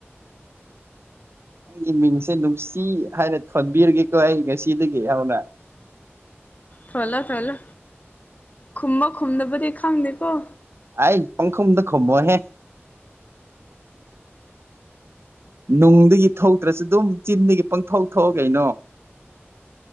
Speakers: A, on the right (about 65°); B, on the left (about 35°).
A: ꯅꯪꯒꯤ ꯃꯤꯡꯁꯦ ꯅꯨꯡꯁꯤ ꯍꯥꯏꯅ ꯊꯣꯟꯕꯤꯔꯒꯦꯀꯣ ꯑꯩ ꯉꯁꯤꯗꯒꯤ ꯍꯧꯅ
B: ꯊꯣꯜꯂꯣ ꯊꯣꯜꯂꯣ ꯈꯨꯝꯃ ꯈꯨꯝꯨꯝꯗꯕꯗꯤ ꯈꯪꯗꯦꯀꯣ
A: ꯑꯩ ꯄꯪꯈꯨꯝꯗ ꯈꯨꯝꯃꯣꯍꯦ ꯅꯨꯡꯗꯒꯤ ꯊꯣꯛꯇ꯭ꯔꯁꯨ ꯑꯗꯨꯝ ꯆꯤꯟꯗꯒꯤ ꯄꯪꯊꯣꯛ ꯊꯣꯛꯑꯣ ꯀꯩꯅꯣ